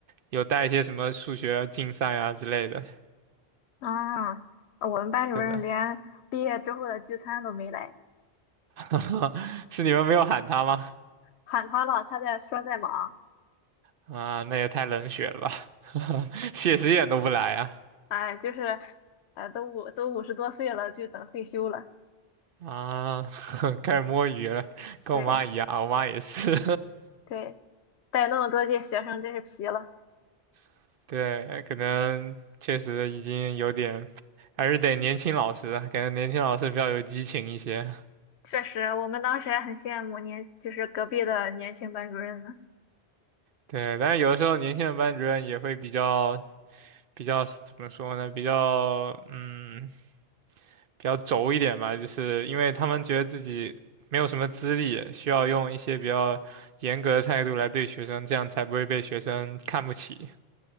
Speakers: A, on the right (about 60°); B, on the left (about 80°).
A: 有带一些什么数学竞赛啊之类的。
B: 啊，我们班主任连毕业之后的聚餐都没来，
A: 对的。<laughs> 是你们没有喊他吗？
B: 喊他了，他在说在忙，
A: 啊，那也太冷血了吧！<laughs> 谢师宴都不来啊！
B: 哎，就是，呃，都五都五十多岁了，就等退休了。
A: 啊，<laughs> 开始摸鱼了，跟我妈一样，
B: 对
A: 我妈也是。
B: 对，带那么多届学生真是皮了。
A: <laughs> 对，可能确实已经有点，还是得年轻老师，感觉年轻老师比较有激情一些。
B: 确实，我们当时还很羡慕年，就是隔壁的年轻班主任呢。
A: 对，但是有的时候年轻的班主任也会比较比较怎么说呢？比较嗯，比较轴一点吧，就是因为他们觉得自己没有什么资历，需要用一些比较严格的态度来对学生，这样才不会被学生看不起。